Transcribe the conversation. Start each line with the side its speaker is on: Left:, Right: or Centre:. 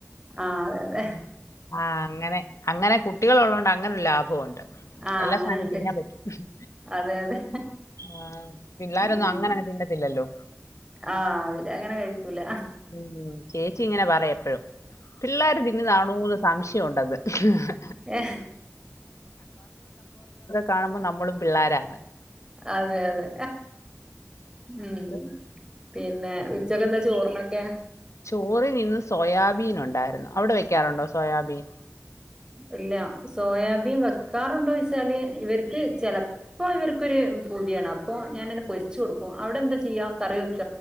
Right: ആഹ് ആഹ് അതെ അതെ
Left: ആ അങ്ങനെ അങ്ങനെ കുട്ടികൾ ഉള്ളതൊണ്ട് അങ്ങനൊരു ലാഭ - പോണ്ട്
Right: ആഹ്
Left: എല്ലാ
Right: അങ്ങനുണ്ട്
Left: സാധനവും തിന്നാൻ പറ്റില്ല
Right: അതെ അതെ
Left: ആ പിള്ളോരൊന്നും
Right: ഉം
Left: അങ്ങനെങ്ങെ തിന്നത്തില്ലല്ലോ
Right: ആഹ് അവര് അങ്ങനെ കഴിക്കൂല
Left: ഉ ചേച്ചി ഇങ്ങനെ പറ എപ്പോഴും പിള്ളോരു തിന്നുതാണോന്ന് സംശയം എനിക്കും ഉണ്ടത്
Right: ഏ
Left: കാണുമ്പോൾ നമ്മളും പിള്ളാരാ
Right: അതെ അതെ ഉം
Left: അത്
Right: പിന്നെ ഉച്ചക്കെന്താ ചോറിനൊക്കെ
Left: ചോറി നിന്ന് സോയാബീൻ ഉണ്ടായിരുന്നു അവിടെ വെക്കാറുണ്ടോ സോയാബീൻ
Right: ഇല്ല സോയാബീൻ വെക്കാറുണ്ടോ ച്ചാല് ഇവർക്ക് ചെലപ്പോ ഇവർക്കൊരു പൂതിയാണ് അപ്പൊ ഞാനങ്ങ് പൊരിച്ചു കൊടുക്കും അവിടെ എന്താ ചെയ്യാ കറിവെ -